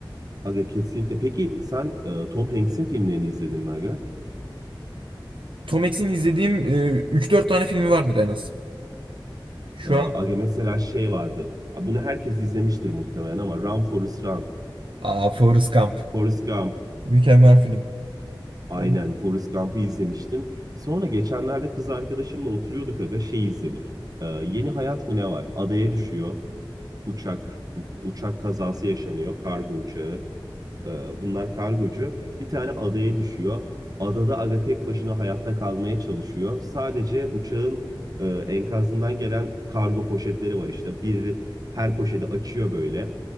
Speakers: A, on the right; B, on the right.
A: Aga kesinlikle. Peki sen e, Tom Hanks'in filmlerini izledin mi aga?
B: Tom Hanks'in izlediğim e, 3-4 tane filmi vardır en az. Şu
A: E, aga
B: an
A: mesela şey vardı. Ha, Bunu herkes izlemiştir muhtemelen ama Run Forrest Run,
B: Aa, Forrest Gump.
A: Forrest Gump.
B: Mükemmel film.
A: Aynen
B: O
A: Forrest Gump'ı izlemiştim. Sonra geçenlerde kız arkadaşımla oturuyorduk aga şey izledik. E, Yeni Hayat mı ne var? Adaya düşüyor. Uçak uçak kazası yaşanıyor. Kargo uçağı. Ee, bunlar kargocu. Bir tane adaya düşüyor. Adada aga tek başına hayatta kalmaya çalışıyor. Sadece uçağın e, enkazından gelen kargo poşetleri var işte. Bir her poşeti açıyor böyle.